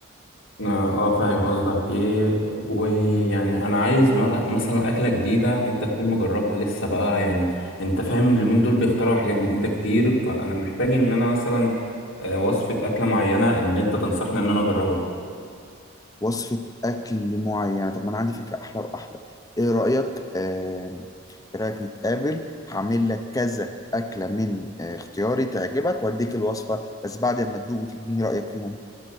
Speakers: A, on the left; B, on the left.
A: اه آه، فاهم قصدك ايه ويعني انا عايز م- مثلا اكله جديده انت تكون مجربها لسه بقى يعني انت فاهم اليومين دول بيخترعوا حاجات جديده كتير فانا محتاج ان انا مثلا آه، وصفه اكله معينه ان انت تنصحني ان انا اجربها
B: وصفة أكل معينة طب ما أنا عندي فكرة أحلى وأحلى إيه رأيك؟ آه، إيه رأيك نتقابل هعمل لك كذا أكلة من آه، اختياري تعجبك وأديك الوصفة بس بعد ما تدوق وتديني رأيك فيهم